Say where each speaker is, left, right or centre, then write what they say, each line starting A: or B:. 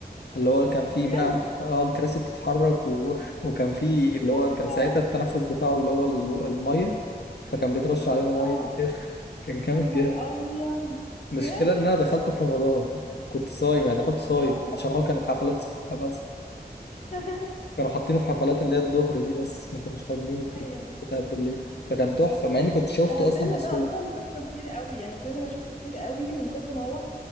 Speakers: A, on the left (about 85°); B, on the left (about 45°).
A: اللي هو كان فيه
B: بجد
A: بقى اه الكراسي بتتحرك و... <laughs> وكان فيه اللي
B: تحفة
A: هو كان ساعتها التنفس بتاعه اللي هو ال- الميه فكان بيترش علينا ميه
B: اه
A: وكده <laughs> كان جامد
B: يا نهار
A: جدا
B: ابيض بجد
A: المشكله ان انا دخلته في رمضان كنت صايم يعني دخلت صايم
B: اه
A: عشان هو كان الحفلات الصبح بس
B: <laughs>
A: كانوا حاطينه في حفلات اللي هي الظهر دي بس ما كانوش حاطينه في
B: ايوه
A: الحفلات بتاعت بالليل فكان تحفة مع اني كنت شفته
B: انا الفيلم
A: اصلا مسروق
B: ده اصلا شفته كتير قوي انا الفيلم ده شفته كتير قوي من كتر ما هو